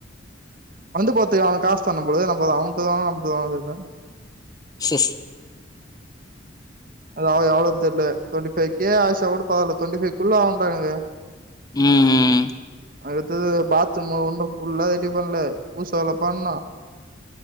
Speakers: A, on the right; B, on the left.
A: வந்து போறதுக்கு அவுங்க காசு தரும் ப்ரோ நம்ம அவுங்க தருணுமா நம்ம தருணுமா தெர்ல
B: சிஸ்
A: அதாவது எவ்ளோ தெர்ல டுவெண்டிபை்கே ஆசா கூட பரவால்ல டுவெண்டி பைவ்குள்ள ஆகுன்றாங்க
B: ம் ம்
A: அடுத்தது பாத்ரூம் ஒன்னும் ஃபுல்லா ரெடி பண்ணல பூசு வேலை பண்ணும்